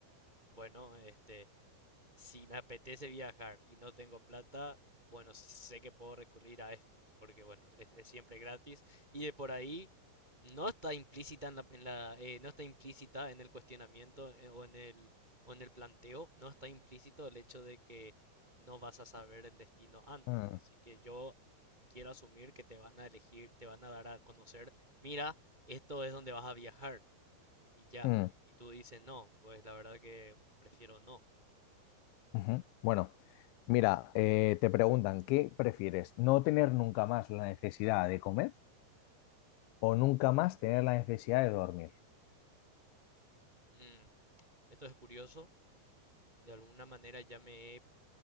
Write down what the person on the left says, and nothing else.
Mm,
mm.
Ujú. Bueno, mira, eh, te preguntan, ¿qué prefieres? ¿No tener nunca más la necesidad de comer o nunca más tener la necesidad de dormir?